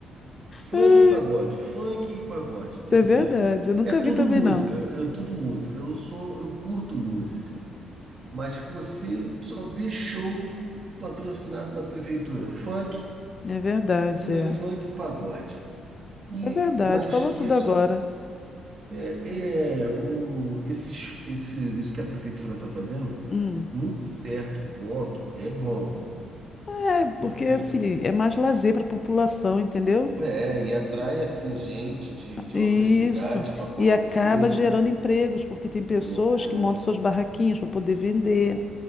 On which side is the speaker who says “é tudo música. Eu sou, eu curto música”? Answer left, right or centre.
Right